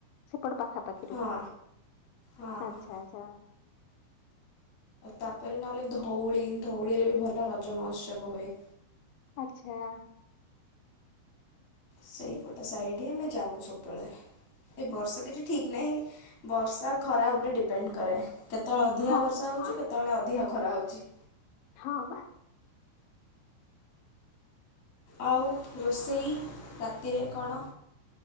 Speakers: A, on the left; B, on the left.
A: ସେପଟ ପାଖାପାଖିରୁ
B: ହଁ ହଁ
A: ଆଛା
B: ହଁ
A: ଆଛା।
B: ତାପରେ ନହେଲେ ଧଉଳି ଧଉଳିରେ ବି ଭଲ ରଜ ମହୋତ୍ସବ ହୁଏ।
A: ଆଚ୍ଛା।
B: ସେଇପଟ ସାଇଡ୍ ହି ଆମେ ଯାଉ ସବୁବେଳେ। ଏ ବର୍ଷ କିଛି ଠିକ୍ ନାହିଁ ବର୍ଷା ଖରା ଉପରେ ଡିପେଣ୍ଡ କରେ। କେତେବେଳେ ଅଧିକା
A: ହଁ।
B: ବର୍ଷା ହେଉଛି
A: ହଁ
B: କେତେବେଳେ ଅଧିକ ଖରା ହେଉଛି।
A: ହଁ ପା।
B: ଆଉ ରୋଷେଇ ରାତିରେ କଣ?